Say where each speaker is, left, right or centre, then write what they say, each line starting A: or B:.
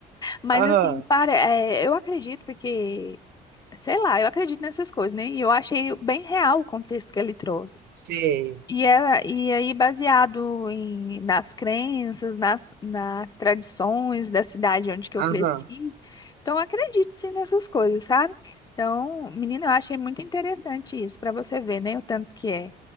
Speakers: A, on the left; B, on the right.
A: Mas
B: Aham,
A: assim, para, é, eu acredito porque, sei lá, eu acredito nessas coisas, né? E eu achei bem real o contexto que ele trouxe.
B: sei.
A: E, é, e aí, baseado em, nas crenças, nas, nas tradições da cidade onde que eu
B: Aham.
A: cresci, então eu acredito sim nessas coisas, sabe? Então, menina, eu achei muito interessante isso, para você ver, né? O tanto que é,